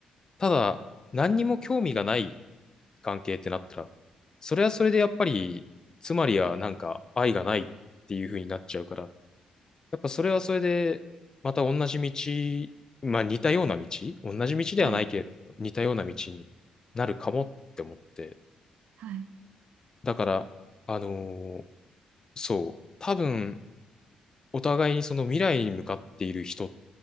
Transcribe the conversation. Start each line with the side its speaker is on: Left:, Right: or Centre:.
Left: ただ、何にも興味がない関係ってなったら、それはそれでやっぱり、つまりはなんか愛がないっていう風になっちゃうから、やっぱそれはそれで、また同じ道、まあ似たような道、同じ道ではないけれども、
Right: はい、
Left: 似たような道になるかもって思って、
Right: はい。
Left: だから、あのーそう、多分、お互いにその未来に向かっている人っ